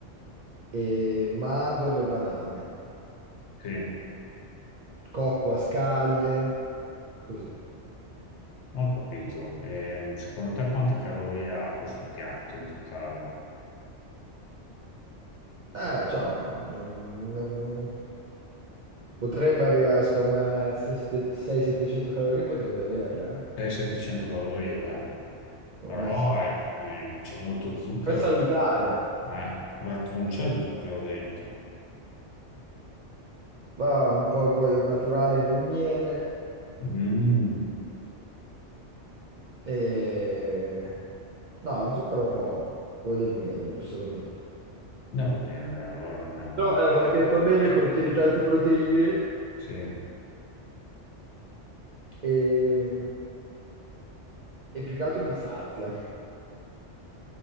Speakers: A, on the right (about 55°); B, on the left (about 70°).
A: e mandorle e banane.
B: Sì,
A: Cocco a scaglie, così.
B: Ho capito. Ehm, secondo te quante calorie ha questo piatto in totale?
A: Eh, cioè, mm, mm, potrebbe arrivare, secondo me, 600-700 calorie, potrebbe averle, eh?
B: 600-700 calorie, dai.
A: Secondo
B: Però
A: me sì.
B: eh, ehm, c'è molto zucchero,
A: Per salutare,
B: eh, ma tu- non c'è zucchero dentro.
A: va un po' quel naturale del miele
B: Mm.
A: e... No, zucchero poco, quello del miele, giusto lo metto.
B: No, va bene, dai, allora non è male.
A: Però è una cosa che fa bene, contiene tante proteine
B: Sì,
A: e, e più che altro mi sazia.